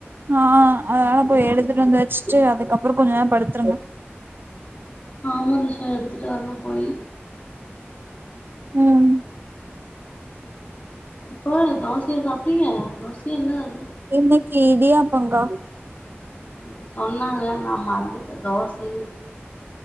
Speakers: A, on the right; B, on the left.
A: ஆ அதனால போய் எடுத்துட்டு வந்து வெச்சுட்டு அதுக்கப்புறம் கொஞ்ச நேரம் படுத்துருங்க
B: ஆ மோனிஷா எடுத்துட்டு வரனும் போயி
A: ம்
B: இப்போ தோசையா சாப்ட்டீங்க தோசையா என்ன சாப்
A: இன்னைக்கி இடியாப்பங்கா
B: <inaudible> சொன்னாங்க நான் மறந்து அ தோசை